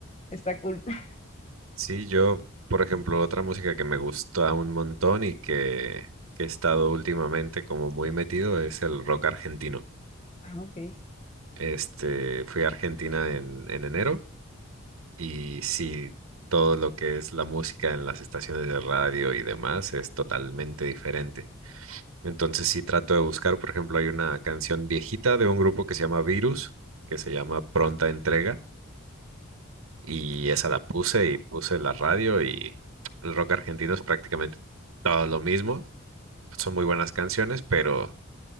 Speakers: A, on the left (about 30°); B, on the right (about 75°).
A: está cool. <laughs>
B: Sí, yo, por ejemplo, otra música que me gusta un montón y que, que he estado últimamente como muy metido es el rock argentino.
A: Ah, ok.
B: Este, fui a Argentina en, en enero Y sí, todo lo que es la música en las estaciones de radio y demás es totalmente diferente. Entonces sí trato de buscar, por ejemplo, hay una canción viejita de un grupo que se llama Virus, que se llama Pronta Entrega, y esa la puse y puse la radio y el rock argentino es prácticamente todo lo mismo. Son muy buenas canciones, pero,